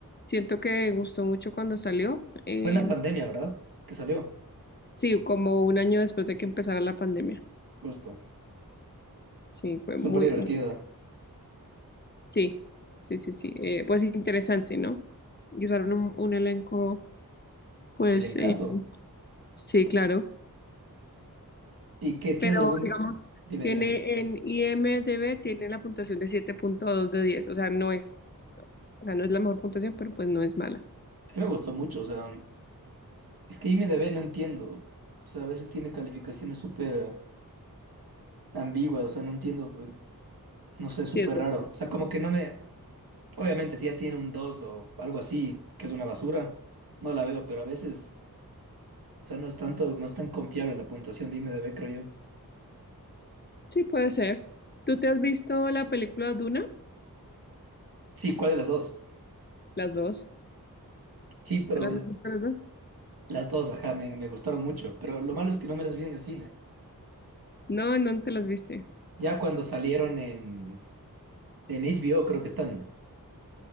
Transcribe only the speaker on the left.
Siento que gustó mucho cuando salió. em,
Sí, como un año después de que empezara la pandemia.
Sí, fue
muy,
muy... Sí, sí, sí, sí. Eh, pues interesante, ¿no? Y usaron un, un elenco, pues
eh, sí, claro.
Pero
digamos,
tiene
en IMDb, tiene la puntuación de siete punto dos de 10. O sea, no es, o sea, no es la mejor puntuación, pero pues no es mala.
Sí, es buena.
Sí, puede ser. ¿Tú te has visto la película Duna?
Las dos.
¿Te las
has visto las dos?
No, ¿en ¿dónde te las viste.